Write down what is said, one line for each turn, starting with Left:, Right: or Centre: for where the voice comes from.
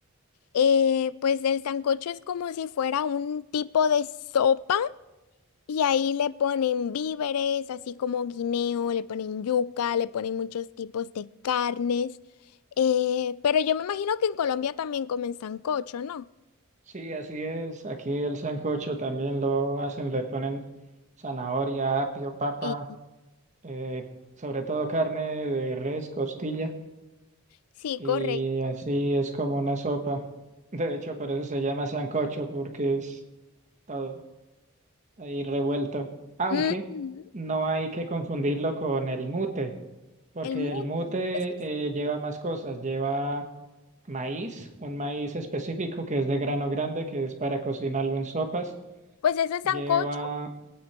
Left: eh, pues el sancocho es como si fuera un tipo de sopa y ahí le ponen víveres, así como guineo, le ponen yuca, le ponen muchos tipos de carnes. eh, pero yo me imagino que en Colombia también comen sancocho, ¿no?
Right: Sí, así es. Aquí el sancocho también lo hacen, le ponen zanahoria, apio, papa,
Left: Sí.
Right: eh, sobre todo carne de res, costilla,
Left: Sí,
Right: y
Left: correcto.
Right: así es como una sopa. <laughs> De hecho, por eso se llama sancocho, porque es todo ahí revuelto. Aunque
Left: Ujú,
Right: no hay que confundirlo con el mute, porque
Left: El muro.
Right: el mute
Left: Es-
Right: eh, lleva más cosas, lleva maíz, un maíz específico que es de grano grande, que es para cocinarlo en sopas
Left: Pues ese sancocho.
Right: lleva,